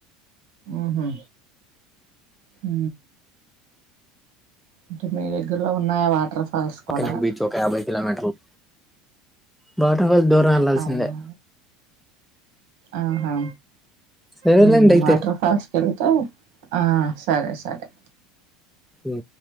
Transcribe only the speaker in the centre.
పక్కనే
బీచ్ ఒక యాబై కిలోమీటరులు బాటా మేం దూరం ఏళ్లాల్సిందే
సరేలేండి
అయితే
హు